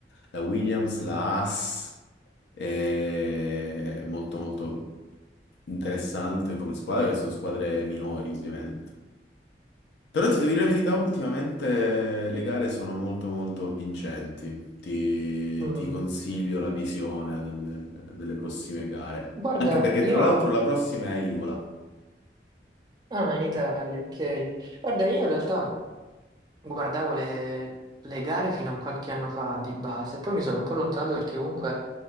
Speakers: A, on the left; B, on the right.
A: La Williams, la Haas, è molto molto interessante come squadra, perché sono squadre minori ovviamente. Però ti devo dire la verità, ultimamente le gare sono molto molto vincenti. Ti,
B: Mm.
A: ti consiglio la visione delle, delle prossime gare.
B: Guarda,
A: Anche perché
B: io...
A: tra l'altro la prossima è a Imola.
B: Ah, in Italia, ok. Guarda, io in realtà... Guardavo le, le gare fino a qualche anno fa di base, poi mi sono un po' allontanato perché comunque